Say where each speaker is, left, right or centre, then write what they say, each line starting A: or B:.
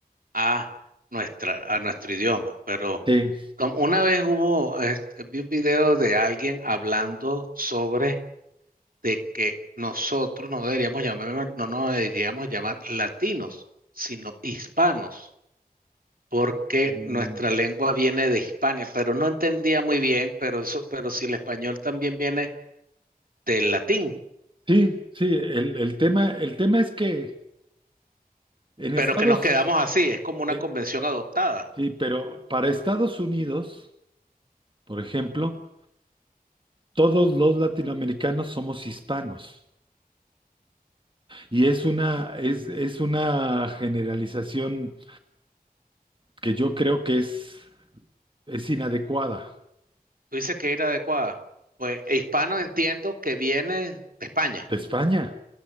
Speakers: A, on the right (about 65°); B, on the right (about 35°).
A: a nuestra, a nuestro idioma. Pero
B: Sí.
A: como una vez hubo, este, vi un video de alguien hablando sobre de que nosotros no deberíamos llamar, no nos deberíamos llamar latinos, sino hispanos, porque
B: Mm,
A: nuestra lengua viene de Hispania, pero no entendía muy bien, pero eso, pero si el español también viene del latín,
B: Sí, sí, el, el tema, el tema es que en Estados,
A: pero que nos quedamos así, es como una
B: eh,
A: convención adoptada.
B: sí, pero para Estados Unidos, por ejemplo, todos los latinoamericanos somos hispanos. Y es una, es, es una generalización que yo creo que es, es inadecuada.
A: Tú dices que era adecuada. Pues hispano entiendo que viene de España
B: De España.